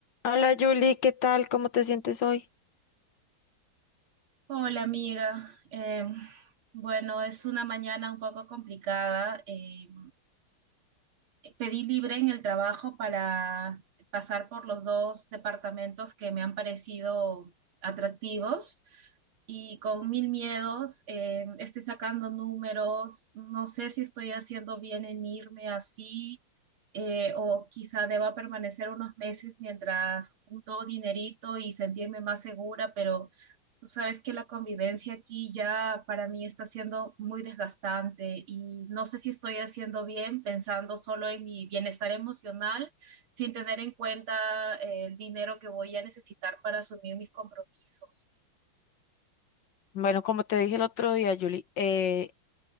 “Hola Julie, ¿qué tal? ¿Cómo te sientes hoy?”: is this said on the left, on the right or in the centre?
Left